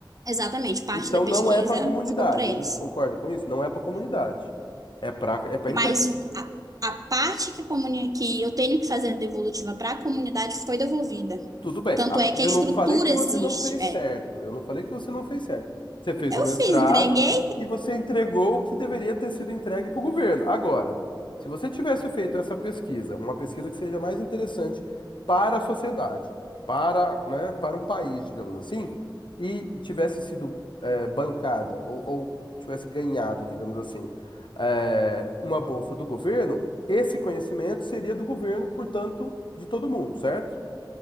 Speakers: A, on the right; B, on the left.
A: exatamente. Parte
B: Então
A: da pesquisa
B: não é para a comunidade,
A: ficou para eles.
B: a gente concorda com isso? Não é para a comunidade, é para é para
A: Mas o- a, a parte que, a comuni- que eu tenho que fazer a devolutiva para a comunidade foi devolvida.
B: Tudo bem.
A: Tanto
B: A-
A: é que
B: Eu
A: a estrutura
B: não falei que
A: existe.
B: você não fez
A: É,
B: certo. Eu não falei que você não fez certo. Você fez
A: eu
B: o mestrado
A: fiz, entreguei,
B: e você entregou o que deveria ter sido entregue para o governo. Agora, se você tivesse feito essa pesquisa, uma pesquisa que seja mais interessante para a sociedade, para, né, para o país, digamos assim, e tivesse sido eh, bancada ou, ou tivesse ganhado, digamos assim, eh, uma bolsa do governo, esse conhecimento seria do governo, portanto, de todo mundo, certo?